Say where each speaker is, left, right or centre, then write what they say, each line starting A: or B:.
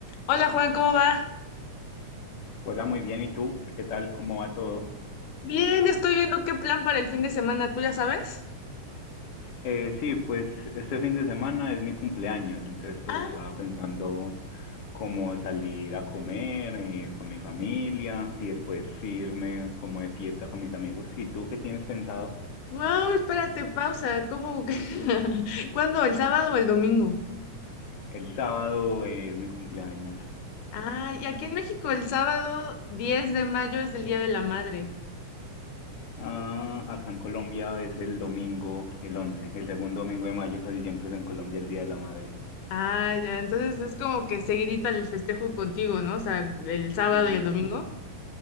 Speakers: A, on the left; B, on the left.
A: Hola Juan, ¿cómo va?
B: Hola, muy bien. ¿Y tú? ¿Qué tal? ¿Cómo va todo?
A: Bien, estoy viendo qué plan para el fin de semana, ¿tú ya sabes?
B: Eh, sí, pues este fin de semana es mi cumpleaños, entonces pues
A: Ah,
B: estaba pensando como salir a comer eh, con mi familia y después irme como de fiesta con mis amigos. ¿Y tú qué tienes pensado?
A: wow, espérate, pausa. ¿Cómo? que- <laughs> ¿Cuándo? ¿El sábado o el domingo?
B: El sábado es mi cumpleaños.
A: Ah, y aquí en México el sábado 10 de mayo es el Día de la Madre.
B: Ah, acá en Colombia es el domingo, el once el segundo domingo de mayo, casi siempre es en Colombia el Día de la Madre.
A: Ah, ya, entonces es como que seguidita el festejo contigo, ¿no? O sea, el sábado
B: Sí.
A: y el domingo.